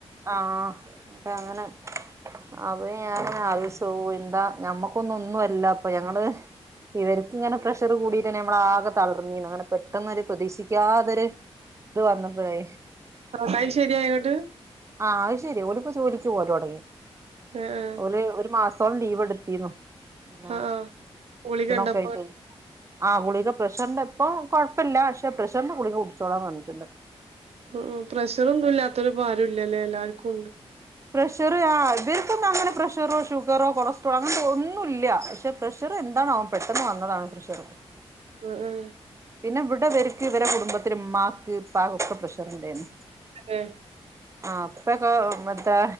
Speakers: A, on the right (about 25°); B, on the right (about 70°).
A: ആഹ് ന്നട്ടങ്ങനെ. അപ്പ ഞാങ്ങനെ ആലോയ്ചോവും എന്താ ഞമ്മക്കൊന്നു ഒന്നു അല്ല പ്പ ഞങ്ങള്. ഇവര്ക്ക്ങ്ങനെ പ്രഷറ് കൂടീട്ടെന്നെ നമ്മളാക തളർന്നീന്ന് അങ്ങനെ. പെട്ടെന്നൊരു പ്രതീക്ഷിക്ക്യാതൊര് ത് വന്നപ്പഴേ.
B: ത്രട്ടായ് ശര്യായൊങ്ങട്ട്.
A: ആഹ് അയ് ശരി ഓല് പ്പൊ ജോലിക്ക് പോലൊട്ങ്ങി
B: ആഹ് ആഹ്
A: ഓല് ഒരു മാസ സോളം ലീവെടുത്തീന്നു ങ്ങനെ
B: ആഹ് ആഹ് ഗുളികണ്ടപ്പോ
A: ക്ഷീണൊക്കയ്റ്റ്. ആഹ് ഗുളിക പ്രഷർന്റെ ഇപ്പൊ കൊഴ്പ്പല്ല ക്ഷെ പ്രഷർന്റെ ഗുളിക കുടിച്ചോളാം പർഞ്ഞിട്ട്ണ്ട്.
B: ഉം ഉം പ്രഷറൊന്നുല്ലാത്തൊല് പാരുല്ല ലേ എല്ലാവര്ക്കുണ്ട്.
A: പ്രഷറ് ആ ഇവര്ക്കൊന്നു അങ്ങനെ പ്രഷറോ ഷുഗറോ കൊളസ്ട്രോളോ അങ്ങൻത്ത ഒന്നുല്ല. പക്ഷെ പ്രഷറ് എന്താണാവം പെട്ടെന്ന് വന്നതാണ് പ്രഷറ്.
B: ഉം ഉം.
A: പിന്നെ ഇവിടെ ഇവര്ക്ക് ഇവരെ കുടുംബത്തില് മ്മാക്ക് പ്പാക്കൊക്കെ പ്രഷറ് ണ്ടേര്ന്നു.
B: എ.
A: ആഹ് പ്പെക്കൊ മ ത്താ